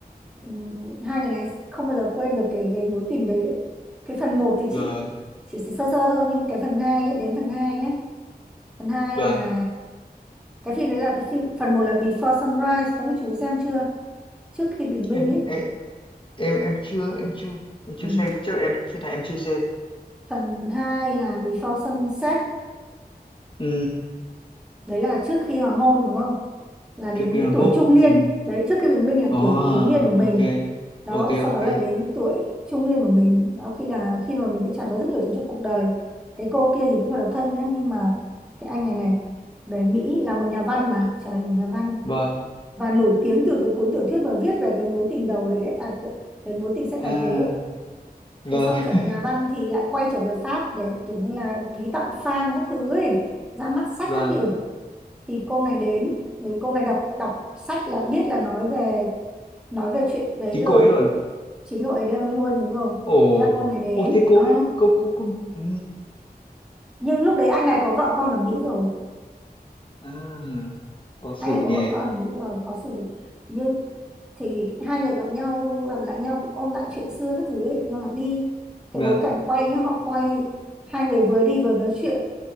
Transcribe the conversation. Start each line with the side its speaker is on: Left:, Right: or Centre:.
Centre: ừm, hai người này không bao giờ quên được cái cái mối tình đấy, đấy. cái phần một thì chị
Left: vâng
Centre: chỉ sơ sơ thôi nhưng cái phần 2 ấy, đến phần 2 nhé phần hai
Left: vâng
Centre: là cái phim đấy là cái phim phần một là Before Sunrise có mấy chú xem chưa trước khi bình minh
Left: em
Centre: ấy
Left: em em em chưa em chưa em chưa
Centre: ừ.
Left: xem chắc là em phiên này em chưa xem
Centre: phần 2 là Before Sunset
Left: ừ,
Centre: đấy là trước khi hoàng hôn đúng không là đến
Left: trước khi
Centre: cái
Left: hoàng
Centre: tuổi
Left: hôn
Centre: trung niên
Left: ừ.
Centre: đấy trước khi bình minh là
Left: Ồ,
Centre: tuổi thiếu niên của mình
Left: ok
Centre: đó
Left: ok
Centre: sau
Left: ok
Centre: đó lại đến tuổi trung niên của mình đó khi là khi mà mình đã trải qua rất nhiều thứ trong cuộc đời cái cô kia thì cũng là độc thân nhá nhưng mà cái anh này này về Mỹ là một nhà văn mà trời ơi, một nhà văn
Left: vâng
Centre: và nổi tiếng từ cái cuốn tiểu thuyết mà viết về cái mối tình đầu đấy, đấy à, cái, cái mối tình sét
Left: à
Centre: đánh đấy
Left: vâng
Centre: thế xong trở
Left: <laughs>
Centre: thành nhà văn thì lại quay trở về Pháp để kiểu như là ký tặng fan các thứ ấy ra mắt sách
Left: vâng
Centre: các kiểu thì cô này đến thì cô này đọc đọc sách là biết là nói về nói về chuyện đấy
Left: chính
Centre: rồi
Left: cô ấy luôn
Centre: chính cậu ấy đang luôn đúng rồi
Left: ồ
Centre: thế là cô này đến
Left: ô thế cô
Centre: à,
Left: ấy cô cô cô ừ.
Centre: nhưng lúc đấy anh này có vợ con ở Mỹ rồi
Left: à khó xử
Centre: anh này có
Left: nhỉ
Centre: vợ con ở Mỹ rồi khó xử nhưng thì hai người gặp nhau gặp lại nhau cũng ôn lại chuyện xưa các thứ ấy. Nhưng mà đi cái
Left: vâng
Centre: bối cảnh quay nhá họ quay hai người vừa đi vừa nói chuyện